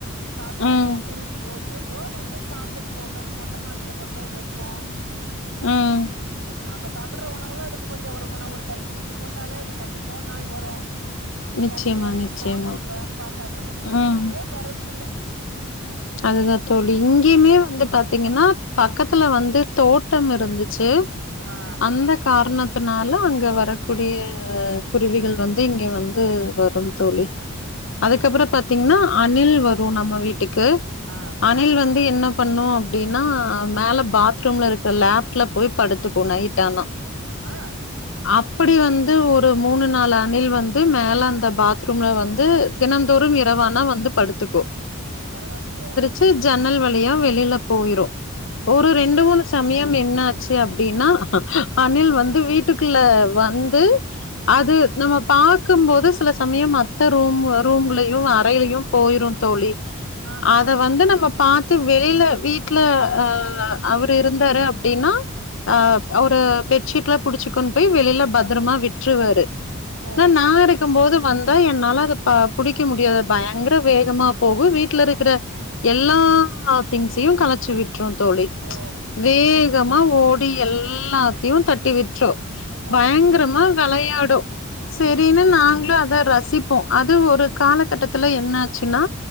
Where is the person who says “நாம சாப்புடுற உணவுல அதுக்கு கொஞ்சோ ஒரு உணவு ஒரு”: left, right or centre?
Right